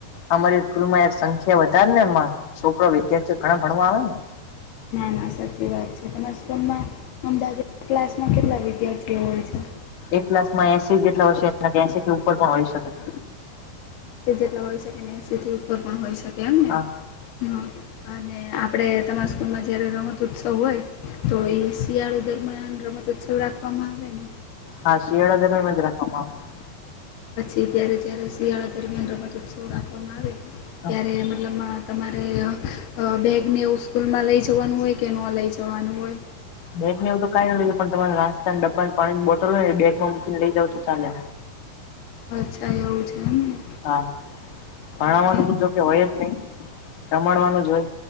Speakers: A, on the left (about 60°); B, on the left (about 80°).
A: અમારી સ્કૂલ માં યાર સંખ્યા વધારે ને છોકરા વિદ્યાર્થીઓ ઘણા ભણવા આવે ને
B: ના ના સાચી વાત છે તમારા સ્કૂલમાં અમદાવાદ ક્લાસમાં કેટલા વિદ્યાર્થીઓ હોય છે
A: એક કલાસ માં એસિ જેટલા હોશે એસડથી ઉપર પણ હોય શકે
B: એસી જેટલા હોઈ શકે ને એસીથી ઉપર પણ હોઈ શકે એમ ને
A: હા
B: હ અને આપણે તમારા સ્કૂલમાં જ્યારે રમતો ઉત્સવ હોય તો એ શિયાળો દરમ્યાન રમતોત્સવ રાખવામાં આવે
A: હા શિયાળા દરમિયાન જ રાખવામાં આવે.
B: પછી ત્યારે જ્યારે શિયાળા દરમિયાન રમતો ઉત્સવ રાખવામાં આવે ત્યારે
A: આવે
B: મતલબ તમારે બેગને એવું સ્કૂલમાં લઈ જવાનું હોય કે ન લઈ જવાનું હોય
A: બેગ ને એવું કઈ ન લઈે પણ તમારે નાસ્તા ડબ્બાની પાણીની બોટલ હોય એ બેગ માં મૂકીને લઈ જાવ તો ચાલે.
B: અચ્છા એવું છે એમને
A: હા ભણવાનું
B: અને
A: જો કે હોય જ નહી. રમાડવાનું જ હોય